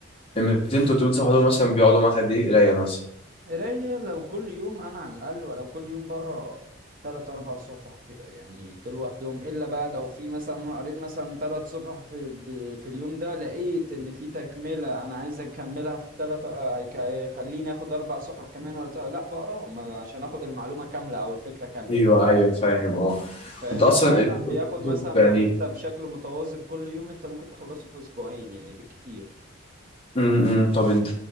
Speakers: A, on the left (about 25°); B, on the right (about 45°).
A: ال 200 300 صفحه دول مثلا بيقعدوا معاك قد ايه قرايه مثلا
B: قراية لو كل يوم أنا على الأقل ولو كل يوم بقرا تلات أربع صفح كده يعني دول لوحدهم إلا بقى لو في مثلا أنا قريت مثلا تلات صفح في ب- في اليوم ده لقيت إن في تكملة أنا عايز أكملها في التلات آه، هيك- هيخليني آخد أربع صفح كمان ولا تلات- لأ بقراهم عشان آخد المعلومة كاملة أو الفكرة كاملة
A: ايوه ايوه فاهم اه
B: فاهم
A: انت اصلا
B: فلا
A: الكتب
B: بياخد
A: كتب
B: مثلا
A: يعني
B: لو أنت بشكل متواظب كل يوم أنت ممكن تخلصه في أسبوعين يعني بالكتير
A: امم طب انت